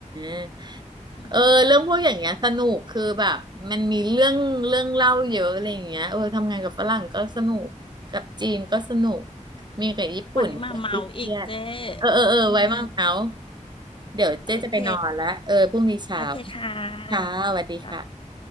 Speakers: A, on the right; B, on the left.
A: า
B: อืม
A: เออเรื่องพวกอย่างเงี้ยสนุกคือแบบมันมีเรื่องเรื่องเล่าเยอะอะไรอย่างเงี้ยเออทำงานกับฝรั่งก็สนุกกับจีนก็สนุกมีกับญี่ปุ่นเรื่องที่เครียดเออเออเออไว้มาเมาส์
B: ไว้มาเมาอีกเจ๊อืม
A: เดี๋ยวเจ๊จะไปนอนละเออพรุ่งนี้เช้า
B: โอเค โอเคค่ะค่ะ
A: ค่ะสวัสดีค่ะ